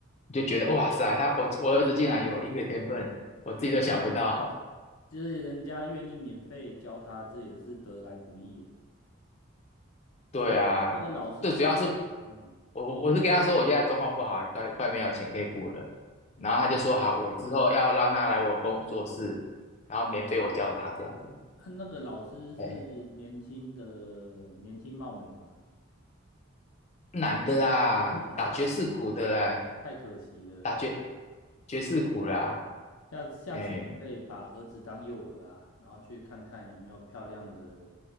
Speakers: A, on the left; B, on the left.
A: 你就觉得哇塞，
B: 嗯，
A: 他我我儿子竟然有音乐天分，我自己都想不到。
B: 哎，对啊，
A: <laughs>
B: 就是人家愿意免费教他，这也是得来不易耶。
A: 对啊，
B: 那那个老师是嗯，
A: 最主要是我我我是跟他说我现在状况不好，快快没有钱可以付了，
B: 哦，
A: 然后他就说好，
B: 后，
A: 我之后要让他来我工作室，然后免费我教他这样。
B: 哎，
A: 子。
B: 啊那个老师是年轻的，
A: 哎，
B: 年轻貌美吗？
A: 男的啦，
B: 还是啊，
A: 打爵士鼓的啦，
B: 太可惜了。
A: 打爵爵士鼓啦，
B: 下次下次你可以把儿子当诱饵啊，
A: 哎，
B: 然后去看看有没有漂亮的